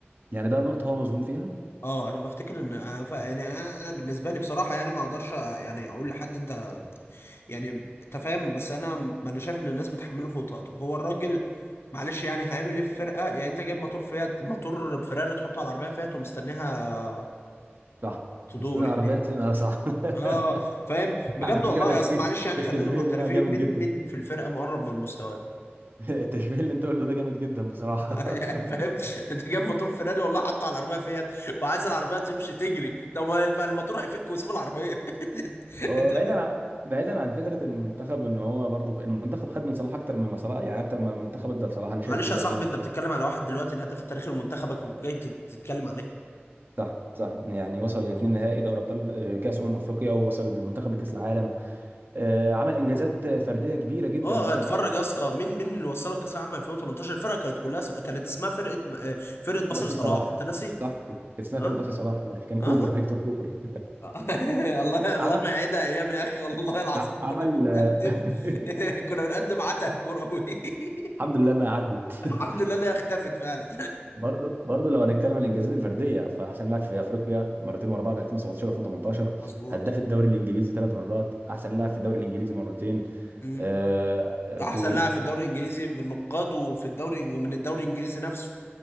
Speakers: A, on the right (about 50°); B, on the left (about 70°).
A: يعني ده نقطه هو مظلوم فيها
B: اه انا بفتكر ان انا ف... يعني انا بالنسبه لي بصراحه يعني ما اقدرش يعني اقول لحد انت يعني انت فاهم بس انا م- انا شايف ان الناس بتحمله فوق طاقته هو الراجل معلش يعني هيعمل ايه في فرقه يعني انت جايب موتور فيات موتور فيراري تحطه على العربيه فيات ومستنيها
A: صح
B: تدور
A: مستني العربيه
B: يعني
A: تنقل صح
B: اه
A: <laughs>
B: فاهم بجد
A: على فكره
B: والله
A: تشبيه
B: اصل معلش يعني
A: التشبيه
B: خلينا معترفين
A: ده جامد
B: مين
A: جدا
B: مين في الفرقه مقرب من مستواه
A: <laughs> التشبيه اللي انت قلته ده جامد جدا بصراحه
B: <laughs> يعني
A: <laughs>
B: فاهم انت جايب موتور فيراري والله حاطه على العربيه فيات وعايز العربيه تمشي تجري طب ما الف- الموتور هيفك ويسيب العربيه <laughs>
A: هو بعيدا عن بعيدا عن فكره المنتخب ان هو برضو المنتخب خد من صلاح اكتر مما صلاح يعني اكتر ما المنتخب ادى لصلاح انا شايف
B: معلش
A: كده
B: يا صاحبي
A: يعني
B: انت بتتكلم على واحد دلوقتي الهداف التاريخي لمنتخبك وجاي تت- تتكلم عليه
A: صح صح يعني وصل لاثنين نهائي دوري ابطال آه، كاس امم افريقيا ووصل بالمنتخب لكاس العالم آه، عمل انجازات آه، فرديه كبيره جدا
B: اه
A: مثلا
B: اتفرج
A: خد
B: يا اسطى مين مين اللي وصلك كاس العالم 2018 الفرقه كانت كلها س- كانت اسمها فرقه آه، فرقه باسل
A: باص
B: صلاح
A: لصلاح
B: انت ناسي
A: صح كده. كان اسمها
B: اه
A: فرقه باص لصلاح كان كوبر
B: اه
A: فيكتور كوبر
B: اه <laughs> الله الله
A: <laughs> عمل
B: ما يعيدها ايام يا اخي والله العظيم
A: ع- عمل
B: كنا بنقدم
A: <laughs>
B: <laughs> كنا بنقدم عته كروي <laughs>
A: الحمد لله انها عدت <laughs>
B: الحمد لله انها اختفت فعلا
A: برضه برضه لو هنتكلم عن الانجازات الفرديه فاحسن لاعب في افريقيا مرتين ورا بعض 2017 و2018
B: <laughs> مظبوط
A: هداف الدوري الانجليزي ثلاث مرات احسن لاعب في الدوري الانجليزي مرتين
B: امم
A: آه،
B: احسن
A: ف-
B: لاعب في الدوري الانجليزي بالنقاد وفي الدوري ومن الدوري الانجليزي نفسه